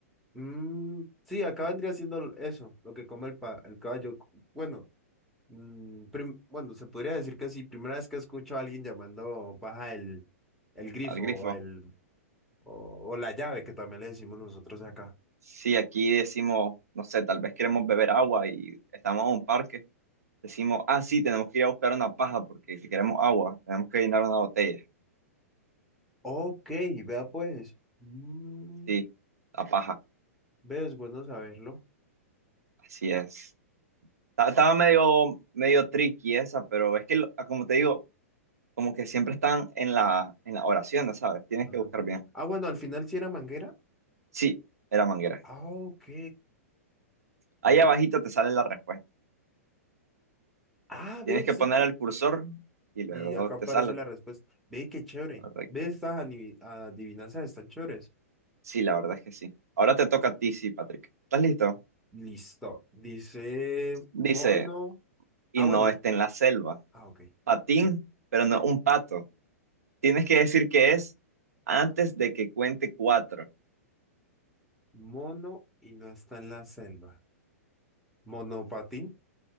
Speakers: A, in the centre; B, on the right (about 80°).
A: Mm, sí, acá vendría siendo l- eso, lo que come el, pa- el caballo. Bueno, mm, prim- bueno, se podría decir que sí, primera vez que escucho a alguien llamando baja el, el grifo
B: al grifo.
A: o, el, o, o la llave, que también le decimos nosotros acá.
B: Sí, aquí decimos, no sé, tal vez queremos beber agua y estamos en un parque. Decimos, ah, sí, tenemos que ir a buscar una paja porque si queremos agua, tenemos que llenar una botella.
A: Ok, vea pues. Mm,
B: Sí, la paja.
A: veo, es bueno saberlo.
B: Así es. Ta- Estaba medio, medio tricky esa, pero es que, lo- como te digo, como que siempre están en la, en la oración, ¿no ¿sabes? Tienes
A: La
B: que
A: verdad.
B: buscar bien.
A: Ah, bueno, al final sí era manguera.
B: Sí, era manguera.
A: Ah, ok.
B: Ahí
A: Mm.
B: abajito te sale la respuesta.
A: Ah,
B: Tienes
A: ve,
B: que
A: sí.
B: poner el cursor y luego
A: Y acá
B: te
A: aparece
B: sale.
A: la respuesta. Ve, qué chévere.
B: Correcto.
A: Ve, estas ani- adivinanzas están chéveres.
B: Sí, la verdad es que sí. Ahora te toca a ti, sí, Patrick. ¿Estás listo?
A: Listo. Dice
B: Dice,
A: mono.
B: y
A: Ah,
B: no
A: bueno.
B: esté en la selva.
A: Ah, ok.
B: Patín, pero no un pato. Tienes que decir que es antes de que cuente cuatro.
A: Mono y no está en la selva. Monopatín.